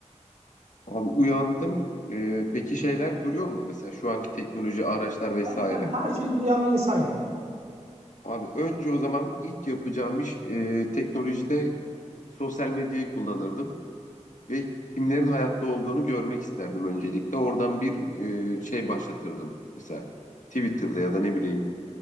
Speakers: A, on the left (about 85°); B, on the right (about 80°).
A: Abi uyandım. Ee, peki şeyler duruyor mu? Mesela şu anki teknoloji, araçlar vesaire.
B: Tabii tabii her şeye duruyan bir insan yok.
A: Abi önce o zaman ilk yapacağım iş e, teknolojide sosyal medyayı kullanırdım ve kimlerin hayatta olduğunu görmek isterdim öncelikle. Oradan bir e, şey başlatırdım. Mesela Twitter'da ya da ne bileyim